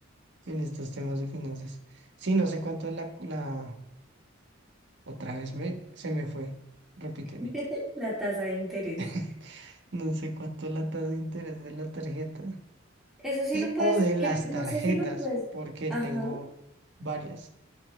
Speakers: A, on the right; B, in the centre.
A: en estos temas de finanzas. Sí, no sé cuánto es la, la, otra vez me, se me fue, repíteme.
B: <laughs> La tasa de interés.
A: <laughs> No sé cuánto es la tasa de interés de la tarjeta.
B: Eso sí
A: Y
B: lo puedes,
A: o de las
B: creo-
A: tarjetas,
B: no sé si lo puedes.
A: porque
B: Ajá.
A: tengo varias.